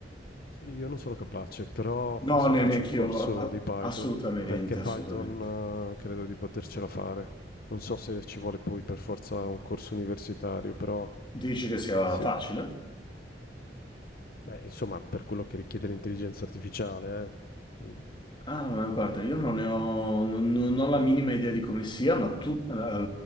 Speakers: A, on the left; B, on the left.
A: Sì, io non sono capace, però forse
B: No, ne-
A: faccio
B: neanch'io,
A: un corso
B: a-
A: di Python,
B: assolutamente,
A: perché Python,
B: assolutamente.
A: eh, credo di potercela fare. Non so se ci vuole poi per forza un corso universitario, però
B: Dici che sia
A: sì.
B: facile?
A: Beh, insomma, per quello che richiede l'intelligenza artificiale, eh. Mm.
B: Ah, ma guarda, io non ne ho, non, non ho la minima idea di come sia, ma tu, eh, il